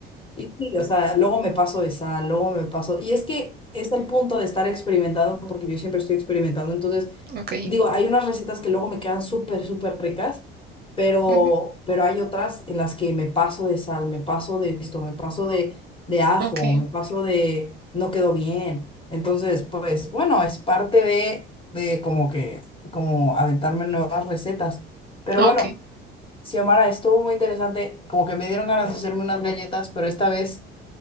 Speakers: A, on the left (about 15°); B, on the right (about 30°).
A: Y sí, o sea, luego me paso de sal, luego me paso. Y es que es el punto de estar experimentando, porque yo siempre estoy experimentando. Entonces,
B: ok,
A: digo, hay unas recetas que luego me quedan súper, súper ricas, pero,
B: ujú,
A: pero hay otras en las que me paso de sal, me paso de esto, me paso de, de ajo,
B: ok,
A: me paso de no quedó bien. Entonces, pues bueno, es parte de, de como que, como aventarme nuevas recetas. Pero
B: ok.
A: bueno. Xiomara, estuvo muy interesante. Como que me dieron ganas de hacerme unas galletas, pero esta vez